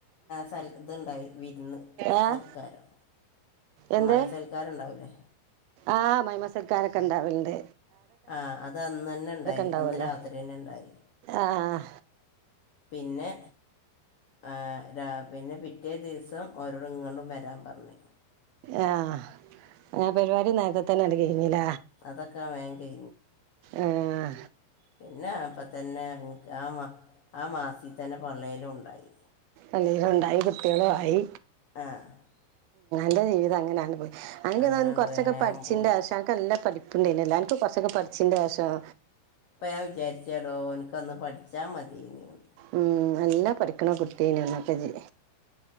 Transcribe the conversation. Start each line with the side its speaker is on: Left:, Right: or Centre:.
Left: സൽ ഇത്ണ്ടായി വിരുന്ന്
Right: ഏഹ്
Left: സൽക്കാരം
Right: എന്ത്
Left: അമ്മായി സൽക്കാരം ഉണ്ടാവൂല്ലേ
Right: ആഹ് മൈമസൽക്കാരൊക്കെ ഇണ്ടാവലണ്ട്
Left: ആഹ അത് അന്ന് തന്നെ ഉണ്ടായി
Right: ഉണ്ടാവുമല്ലോ
Left: അന്ന് രാത്രിന്നെ ഉണ്ടായി
Right: ആഹ്
Left: പിന്നെ ആ പിന്നെ പിറ്റേ ദിവസം ഓരോടും ഇങ്ങണ്ടും വരാൻ പറഞ്ഞേ
Right: ആഹ അങ്ങനെ പരിപാടിന്നക്ക തനല്ലൽ കിഞ്ഞില
Left: അതൊക്കെ വേ കഴഞ്ഞി
Right: ആഹ്
Left: പിന്നെ അപ്പൊ തന്നെ ആ മാ ആ മാസി തന്നെ പള്ളലും ഉണ്ടായി
Right: അല്ല ഉണ്ടായി കുട്ടികളും ആയി
Left: ആഹ്
Right: ്ല്ല് ജീവിതം അങ്ങനെയാണ് പോയി അങ്ങനെന്ത
Left: അങ്ങനെ അങ്ങട്
Right: കൊറച്ചൊക്കെ
Left: വേഗം
Right: പഠിച്ചിന്റെ
Left: പോയി
Right: ആവശ്യൊക്കെല്ല പഠപ്പ ഇ നൻ എല്ലാൻക്ക കൊറച്ചൊക്കെ പടിച്ചിണ്ട അശം
Left: അപ്പൊ ഞാൻ വിചാരിച്ച എടോ എനിക്കന്ന് പഠിച്ചാ മതിനാണ്
Right: ഉം, നല്ല പഠിക്കണ കുട്ടി തനെന്നക്ക എന്നൽ